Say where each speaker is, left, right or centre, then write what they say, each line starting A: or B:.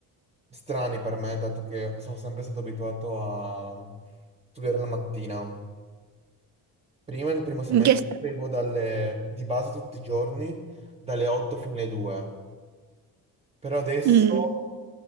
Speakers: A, on the right; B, on the right.
A: strani per me, dato che sono sempre stato abituato a studiare la mattina. Prima del primo semestre
B: In che... sta-
A: avevo dalle, di base tutti i giorni dalle 8 fino alle 2, però adesso
B: Mm,